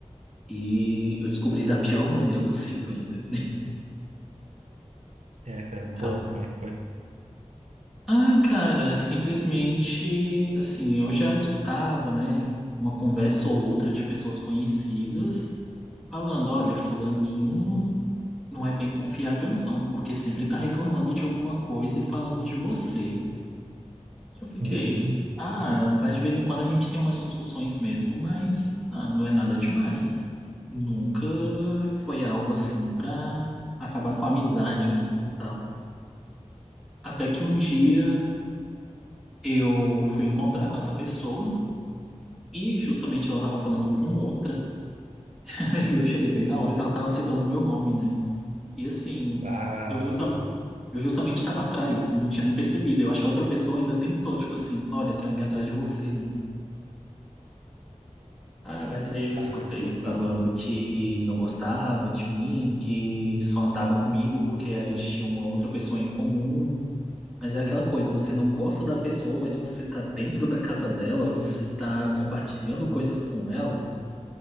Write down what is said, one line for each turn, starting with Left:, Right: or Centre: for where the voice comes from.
Centre: E eu descobri da pior maneira possível ainda.
Right: É, cara,
Centre: Então,
Right: como? Como é que foi?
Centre: ah, cara, simplesmente, assim, eu já escutava, né, uma conversa ou outra de pessoas conhecidas falando, olha, fulaninho. não é bem confiável, não, porque sempre está reclamando de alguma coisa e falando de você. Eu fiquei,
Right: Uhum.
Centre: ah, mas de vez em quando a gente tem umas discussões mesmo, mas ah, não é nada demais. Nunca foi algo assim pra acabar com a amizade, né? E tal. Até que um dia eu fui encontrar com essa pessoa e justamente ela tava falando com outra. <laughs> E eu cheguei bem na hora que ela tava citando o meu nome, né? E assim,
Right: Ah,
Centre: eu justamente, eu justamente estava atrás, não tinha nem percebido. Eu acho que a outra pessoa ainda tentou, tipo assim, olha, tem alguém atrás de você, né? Ah, mas aí eu
Right: ah,
Centre: escutei
Right: que loucura.
Centre: falando que não gostava de mim, que só andava comigo porque a gente tinha uma outra pessoa em comum. Mas é aquela coisa, você não gosta da pessoa, mas você tá dentro da casa dela, você tá compartilhando coisas com ela.